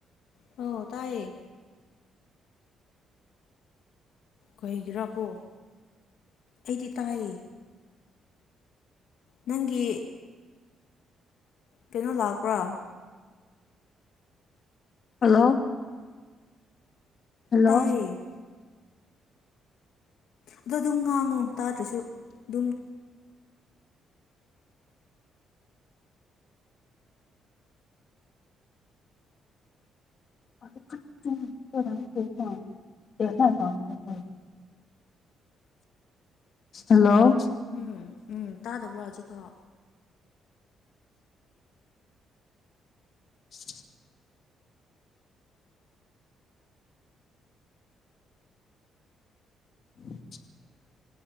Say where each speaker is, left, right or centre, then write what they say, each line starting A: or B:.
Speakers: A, on the left; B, on the left.
A: ꯍ ꯇꯥꯏꯌꯦ ꯀꯩꯒꯤꯔꯥꯀꯣ ꯑꯩꯗꯤ ꯇꯥꯏꯌꯦ ꯅꯪꯒꯤ ꯀꯩꯅꯣ
B: ꯍꯜꯂꯣ
A: ꯂꯥꯛꯄ꯭ꯔꯥ
B: ꯍꯜꯂꯣ ꯍꯜꯂꯣ
A: ꯇꯥꯏꯌꯦ ꯑꯗꯣ ꯑꯗꯨꯝ ꯉꯥꯡꯉꯨ ꯇꯥꯗ꯭ꯔꯁꯨ ꯑꯗꯨꯝ
B: ꯃꯃ <unintelligible> ꯎꯝ <unintelligible> ꯍꯜꯂꯣ
A: ꯎꯝ ꯎꯝ ꯇꯥꯗꯕ꯭ꯔꯣ ꯍꯧꯖꯤꯛꯐꯥꯎ
B: <unintelligible> <unintelligible>